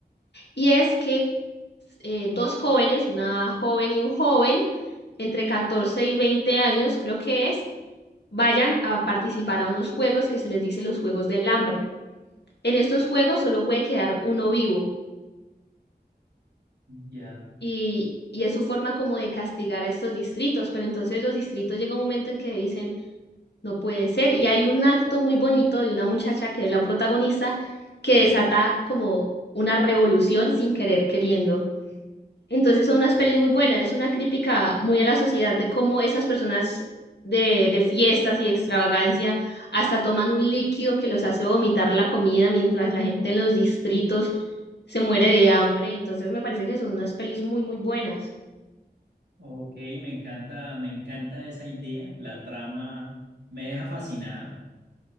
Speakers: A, on the left; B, on the right.
A: Y es que eh, dos jóvenes, una joven y un joven, entre 14 y 20 años, creo que es, vayan a participar a unos juegos que se les dice los Juegos del Hambre. En estos juegos solo puede quedar uno vivo
B: Ya,
A: Y, y es su forma como de castigar a estos distritos, pero entonces los distritos llega un momento en que dicen, no puede ser. Y hay un acto muy bonito de una muchacha que es la protagonista que desata como una revolución sin querer queriendo. Entonces son unas pelis muy buenas, es una crítica muy a la sociedad de cómo esas personas de, de fiestas y de extravagancia hasta toman un líquido que los hace vomitar la comida mientras la gente en los distritos se muere de hambre. Entonces me parece que son unas pelis muy, muy buenas.
B: ok, me encanta, me encanta esa idea, la trama me deja fascinado.